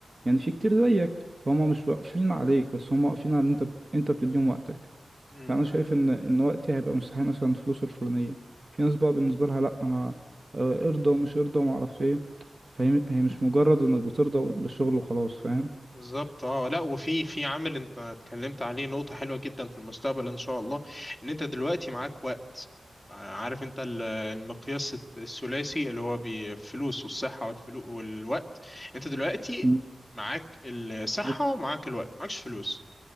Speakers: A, on the right; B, in the centre.
A: يعني في كتير زيك فهم مش واقفين عليك بس هم واقفين على إن أنت أنت بتديهم وقتك
B: امم
A: فأنا شايف إن إن وقتي هيبقى مستحيل مثلا الفلوس الفلانية في ناس بقى بالنسبة لها لأ أنا آه، ارضى ومش ارضى ومعرفش إيه فهي هي مش مجرد إنك بترضى بالشغل وخلاص فاهم
B: بالظبط اه لا وفي في عامل انت اتكلمت عليه نقطة حلوة جدا في المستقبل ان شاء الله ان انت دلوقتي معاك وقت آه، عارف انت ال- المقياس الثلاثي اللي هو بالفلوس والصحة والفلو والوقت انت دلوقتي
A: مم.
B: معاك الصحة
A: معاك
B: ومعاك الوقت معكش فلوس